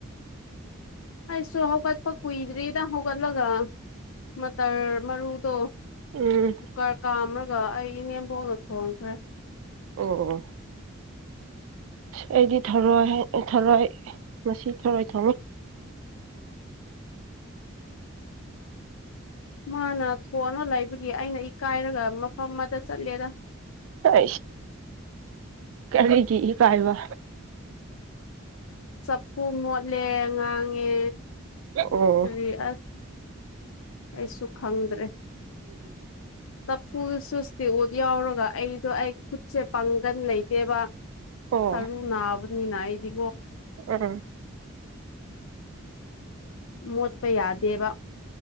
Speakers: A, on the left (about 75°); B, on the right (about 70°).
A: ꯑꯩꯁꯨ ꯍꯧꯒꯠꯄ ꯀꯨꯏꯗ꯭ꯔꯤꯗ ꯍꯧꯒꯠꯂꯒ ꯃꯇꯇꯔ ꯃꯔꯨꯗꯣ
B: ꯎꯝ
A: ꯀꯔ ꯀꯥ ꯑꯃꯔꯒ ꯑꯩ ꯏꯅꯦ ꯣꯠ ꯁꯣꯡꯈ꯭ꯔꯦ
B: ꯑꯣ ꯑꯁ ꯑꯩꯗꯤ ꯊꯧꯔꯣꯏ ꯊꯔꯣꯏ ꯃꯁꯤ ꯊꯔꯣꯏ ꯊꯣꯡꯉ
A: ꯃꯥꯅ ꯊꯣꯡꯑꯅ ꯂꯩꯕꯒꯤ ꯑꯩꯅ ꯏꯀꯥꯏꯔꯒ ꯃꯐꯝ ꯑꯃꯗ ꯆꯠꯂꯦꯗ
B: ꯑꯁ ꯀꯒꯤ ꯀꯥꯏꯕ
A: ꯁꯨ ꯃꯣꯠꯂꯦ ꯉꯥꯡꯉꯦ
B: ꯑꯣ
A: ꯔꯤ ꯑꯁ ꯑꯩꯁꯨ ꯈꯪꯗ꯭ꯔꯦ ꯆ ꯐꯨꯜ ꯁꯨꯁꯇꯤꯛꯋꯨꯠ ꯌꯥꯎꯔꯒ ꯑꯩꯗꯣ ꯑꯩ ꯈꯨꯠꯁꯦ ꯄꯥꯡꯒꯟ ꯂꯩꯇꯦꯕ
B: ꯑꯣ
A: ꯁꯅꯨ ꯅꯥꯕꯅꯤꯅꯅꯥꯏꯗꯤ
B: ꯑꯥ
A: ꯃꯣꯠꯄ ꯌꯥꯗꯦꯕ